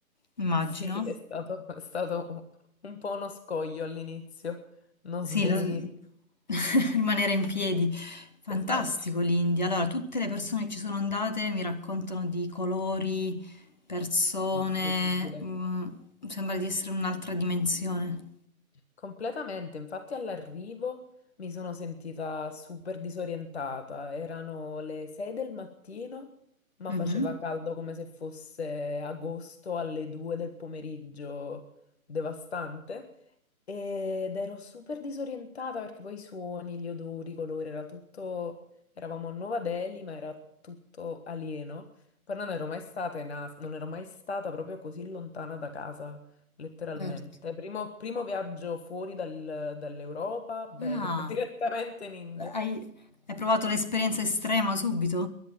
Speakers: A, on the left; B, on the left.
A: immagino.
B: Sì, è stato, è stato un, un po' uno scoglio all'inizio, non
A: Sì,
B: svenire,
A: lo- <laughs> rimanere in piedi. Fantastico
B: esatto,
A: l'India. Allora, tutte le persone che ci sono andate mi raccontano di colori, persone,
B: incredibile.
A: mm, sembra di essere un'altra dimensione.
B: Completamente, infatti all'arrivo mi sono sentita super disorientata, erano le 6 del mattino, ma
A: Mhm,
B: faceva caldo come se fosse agosto alle 2 del pomeriggio, devastante. Ed ero super disorientata perché poi i suoni, gli odori, i colori, era tutto... Eravamo a Nuova Delhi, ma era tutto alieno. Poi non ero mai stata in As- non ero mai stata proprio così lontana da casa, letteralmente.
A: Certo.
B: Primo, primo viaggio fuori dal- dall'Europa, bene,
A: Ah,
B: <laughs> direttamente in India.
A: hai hai provato l'esperienza estrema subito?